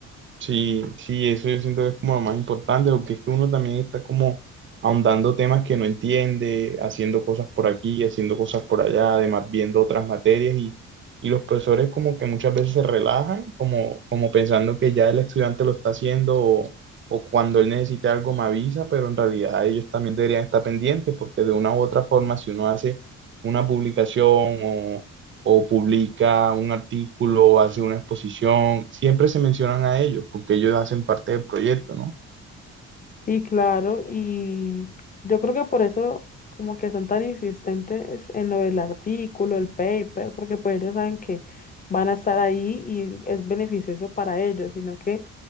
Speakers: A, on the right; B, on the left.
A: Sí, sí, eso yo siento que es como lo más importante, porque es que uno también está como ahondando temas que no entiende, haciendo cosas por aquí, haciendo cosas por allá, además viendo otras materias y, y los profesores como que muchas veces se relajan, como, como pensando que ya el estudiante lo está haciendo o, o cuando él necesite algo me avisa, pero en realidad ellos también deberían estar pendientes, porque de una u otra forma si uno hace una publicación o publica un artículo o hace una exposición, siempre se mencionan a ellos porque ellos hacen parte del proyecto, ¿no?
B: Sí, claro, y yo creo que por eso como que son tan insistentes en lo del artículo, el paper, porque pues ellos saben que van a estar ahí y es beneficioso para ellos, sino que